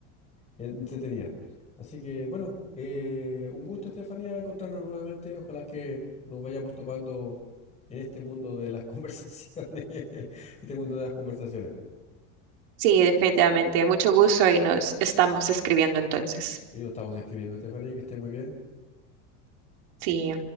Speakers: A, on the left; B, on the right.
A: entretenida. Así que bueno, eh, un gusto, Estefanía, encontrarnos nuevamente. Ojalá que nos vayamos topando en este mundo de las <laughs> conversaciones, este mundo de las conversaciones.
B: Sí, definitivamente. Mucho gusto y nos estamos escribiendo entonces.
A: Y nos estamos escribiendo, Estefanía, que esté muy bien.
B: Sí.